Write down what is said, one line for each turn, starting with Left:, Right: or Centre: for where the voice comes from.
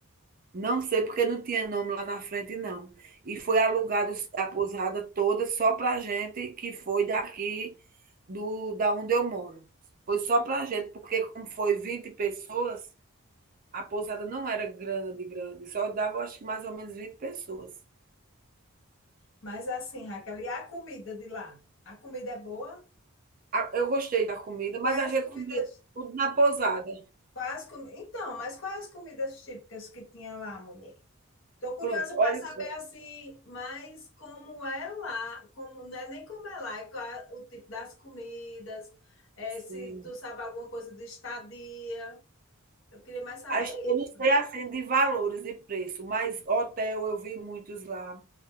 Right: Não sei porque não tinha nome lá na frente não. E foi alugado a pousada toda só para gente que foi daqui do da onde eu moro. Foi só para gente, porque como foi 20 pessoas, a pousada não era grande, grande, só dava acho que mais ou menos 20 pessoas.
Left: Mas assim, Raquel, e a comida de lá? A comida é boa?
Right: Ah, eu gostei da comida,
Left: Quais
Right: mas a
Left: as
Right: gente
Left: comidas?
Right: comia tudo na pousada.
Left: Quais com... Então, mas quais as comidas típicas que tinha lá, mulher? Estou curiosa
Right: Pronto, olha
Left: para saber
Right: só.
Left: assim, mas como é lá, como não é nem como é lá, é qual é o tipo das comidas, é,
Right: Sim.
Left: se tu sabe alguma coisa de estadia. Eu queria mais saber
Right: As eu
Left: isso.
Right: não sei, assim, de valores e preço, mas hotel eu vi muitos lá,